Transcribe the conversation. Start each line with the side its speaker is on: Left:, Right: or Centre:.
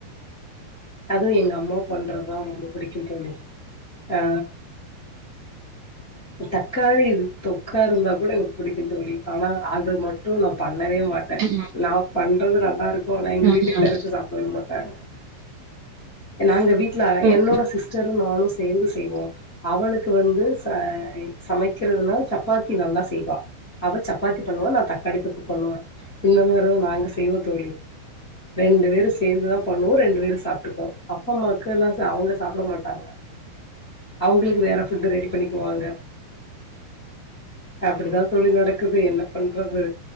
Left: அது எங்க அம்மா பண்ற அதா ரொம்ப பிடிக்கு தோலி ஆ தக்காளி தொக்கா இருந்தா கூட எனக்கு பிடிக்கு தோழி ஆனா அது மட்டு நா பண்ண ணவே மாட்டே
Right: ம்
Left: நா பண் றது நல்லா இருக் போனா எங்க
Right: ம்
Left: வீட்டுக்காருக்கு
Right: ம்
Left: சாப்பிடவே மாட்டாங்க ஏனாங்க வீட் ட்ல
Right: ம்
Left: என்னோட சிஸ்டரு நானு சேர்ந்து செய்வோ அவளுக்கு வந்து ச சமைக்கிறதுனா சப் சப்பாத்தி நல்லா செய்வா அவ சப்பாத்தி பண்ணுவா நா தக்காளி தொக்கு பண்ணுவே இல்லனா <unintelligible> நாங்க செய்வோ தோழி ரெண்டு பேரு சேர்ந்துதா பண்ணுவோ ரெண்டு பேரு சாப்ப <unintelligible> அப்பா அம்மாக்குல்லாம் அவங்க சாப்பிட மாட்டாங்க அவங்களுக்கு வேறஃபுட் ரெடி பண்ணிக்குவாங்க அப்டித்தா தொழி நடக்குது என்ன பண்றது